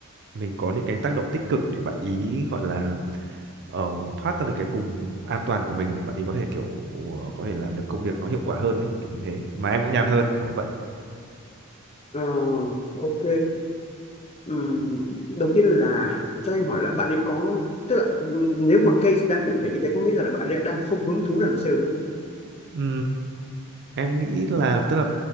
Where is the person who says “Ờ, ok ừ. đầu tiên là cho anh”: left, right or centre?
Left